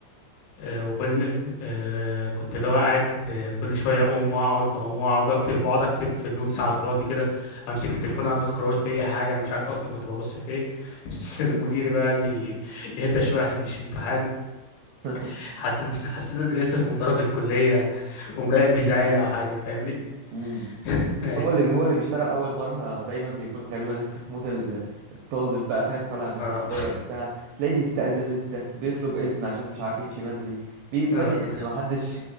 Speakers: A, on the left; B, on the right.
A: آه، وكل آه، كنت اللي هو قاعد آه، كل شويه اقوم واقعد اقوم واقعد واكتب واقعد اكتب في النوتس على الفاضي كده امسك التليفون اقعد اسكرول في اي حاجه انا مش عارف اصلا كنت ببص في ايه <laughs> بس المدير بقى قال لي اهدى شويه احنا مش في امتحان
B: <laughs>
A: <laughs> حسيت حسيت اني لسه في مدرج الكليه ومراقب بيزعلي او حاجه فاهمني
B: مم.
A: <laughs> أي.
B: هو اللي بي هو اللي بيشتغل اول مره دايما بيكون غالبا لسه في مود ال- الطالب بقى فاهم طالع من الكليه
A: اه
B: وبتاع تلاقيه بيستأذن لسه بيطلب اذن عشان مش عارف يمشي بدري بيتفاجئ
A: اه
B: ان محدش